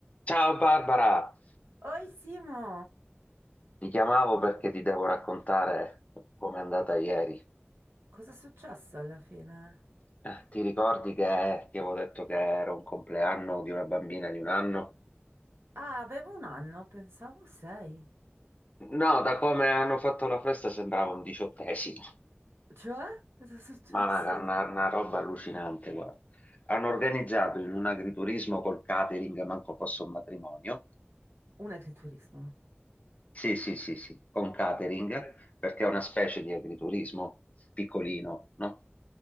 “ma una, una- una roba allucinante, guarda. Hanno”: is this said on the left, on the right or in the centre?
Left